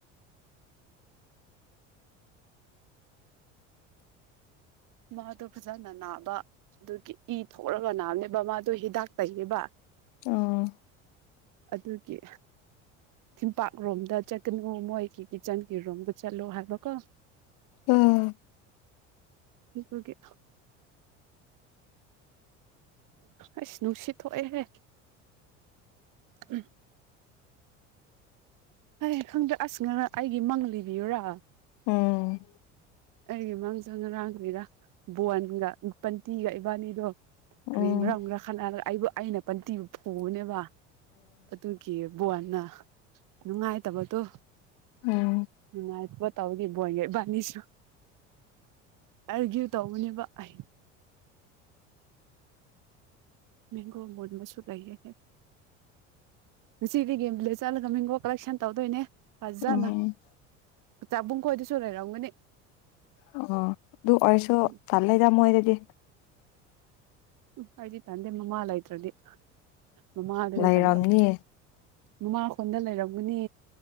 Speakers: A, on the right (about 60°); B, on the left (about 65°).
A: ꯃꯥꯗꯣ ꯐꯖꯅ ꯅꯥꯕ ꯑꯗꯨꯒꯤ ꯏ ꯊꯣꯛꯔꯒ ꯅꯥꯝꯅꯦꯕ ꯃꯥꯗꯣ ꯍꯤꯗꯥꯛ ꯇꯩꯕ
B: ꯑꯥ
A: ꯑꯗꯨꯒꯤ ꯇꯝꯄꯥꯛꯔꯣꯝꯗ ꯆꯠꯀꯅꯨ ꯃꯣꯏꯒꯤ ꯀꯤꯠꯆꯟꯒꯤ ꯔꯣꯝꯗ ꯆꯠꯂꯣ ꯍꯥꯏꯕꯀꯣ
B: ꯎꯝ
A: ꯊꯀꯒꯦ ꯑꯁ ꯅꯨꯡꯁꯤꯠ ꯊꯣꯛꯑꯦꯍꯦ ꯎꯝ ꯐ ꯈꯪꯗ꯭ꯔꯦ ꯑꯁꯅꯪ ꯑꯩꯒꯤ ꯃꯪ ꯂꯤꯕꯤꯌꯨꯔꯥ
B: ꯎꯝ
A: ꯑꯩꯒꯤ ꯃꯥꯡꯁ ꯉꯔꯥꯡꯈꯔꯤꯔ ꯕꯣꯟꯒ ꯄꯟꯇꯤꯒ ꯏꯕꯥꯅꯤꯗꯣ
B: ꯎꯝ
A: ꯀꯔꯤ ꯃꯔꯝ ꯈꯠꯅꯕ ꯑꯩꯕꯨ ꯑꯩꯅ ꯄꯟꯇꯤꯕꯨ ꯄꯨꯕꯅꯦꯕ ꯑ ꯑꯗꯨꯨꯒꯤ ꯕꯅ ꯅꯨꯡꯉꯥꯏꯇꯕꯗꯣ
B: ꯎꯝ
A: ꯅꯨꯡꯉꯥꯏꯇꯕ ꯇꯧꯗꯤ ꯏ ꯕꯣꯏꯒꯤ ꯏꯕꯥꯅꯤꯁꯨ ꯑꯔꯒ꯭ꯌꯨ ꯇꯧꯕꯅꯦꯕ ꯑꯩ ꯃꯦꯟꯒꯣ ꯃꯨꯟꯕꯁꯨ ꯂꯩꯌꯦꯍꯦ ꯉꯁꯤꯗꯤ <unintelligible> ꯅꯃꯤꯡꯈꯣ ꯀꯂꯦꯛꯁꯟ ꯇꯧꯗꯣꯏꯅꯦ ꯐꯖꯅ
B: ꯎꯝ
A: ꯆꯥꯕꯨꯡ ꯈꯣꯏꯗꯁꯨ ꯂꯩꯔꯝꯒꯅꯤ
B: ꯑꯣ ꯑꯗꯨ ꯑꯣꯏꯁꯨ
A: ꯎꯝ
B: ꯇꯜꯂꯦꯗ ꯃꯣꯏꯗꯗꯤ
A: ꯎ ꯍꯥꯏꯗꯤ ꯇꯟꯗꯦ ꯃꯃ ꯂꯩꯇꯔꯥꯗꯤ ꯃꯃ ꯑꯗꯨꯅꯦ
B: ꯂꯩꯔꯝꯅꯤ
A: ꯇꯝꯕ ꯅꯃꯥꯈꯣꯟꯗ ꯂꯩꯔꯝꯒꯅꯦ